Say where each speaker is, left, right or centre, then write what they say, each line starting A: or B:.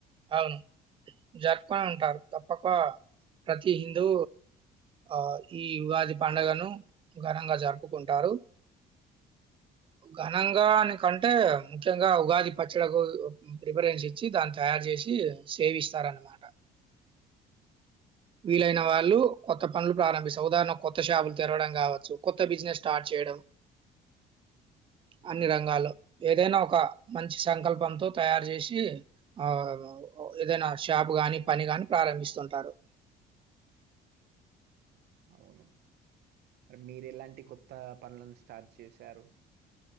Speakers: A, on the right; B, on the right.
A: అవును జరుపుకుని ఉంటారు తప్పక ప్రతి హిందూ ఆ ఈ ఉగాది పండుగను ఘనంగా జరుపుకుంటారు. ఘనంగాని కంటే ముఖ్యంగా ఉగాది పచ్చడకు ప్రిపరెన్స్ ఇచ్చి దాని తయారు, చేసి సేవిస్తారన్నమాట వీలైన వాళ్ళు కొత్త పనులు ప్రారంభిస్తారు. ఉదాహరణ కొత్త షాపులు తెరవడం కావచ్చు, కొత్త బిజినెస్ స్టార్ట్ చేయడం. అన్ని
B: ఉమ్,
A: రంగాల్లో ఏదైనా ఒక మంచి సంకల్పంతో తయారు చేసీ ఆ ఏదైనా షాప్ గాని పని గాని ప్రారంభిస్తుంటారు
B: అవును. మీరు ఎలాంటి కొత్త పనులను స్టార్ట్ చేశారు